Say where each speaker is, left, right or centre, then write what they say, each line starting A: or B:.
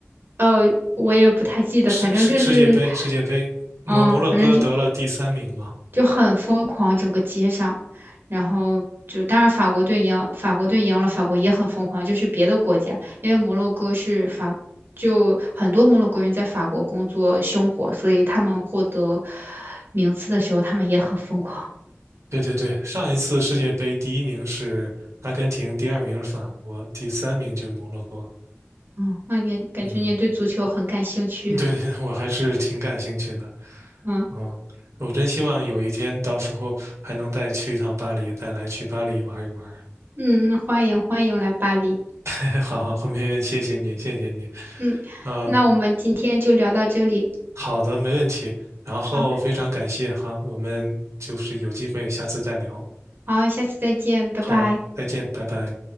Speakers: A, on the right (about 50°); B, on the right (about 80°).
A: 呃，我也不太记得，
B: 世世世界杯，
A: 反正就是，
B: 世界杯，摩摩洛哥得了第三名嘛。
A: 嗯，反正就就很疯狂，整个街上，然后就当然法国队赢，法国队赢了，法国也很疯狂，就是别的国家，因为摩洛哥是法，就很多摩洛哥人在法国工作生活，所以他们获得名次的时候，他们也很疯狂。
B: 对对对，上一次世界杯第一名是阿根廷，第二名是法国，第三名就是摩洛哥。
A: 嗯，那你感觉你也对足球很感兴趣。
B: 嗯，对，<laughs> 我还是挺感兴趣的。
A: 嗯
B: 嗯，我真希望有一天到时候还能再去一趟巴黎，再来去巴黎玩一玩。
A: 嗯，欢迎欢迎来巴黎。
B: <laughs> 好好，后面谢谢你，谢谢你。
A: 嗯，
B: 啊，
A: 那我们今天就聊到这里。
B: 好的，没问题。然后非常感谢哈，
A: 好，
B: 我们就是有机会下次再聊。
A: 好，下次再见，拜拜。
B: 好，再见，拜拜。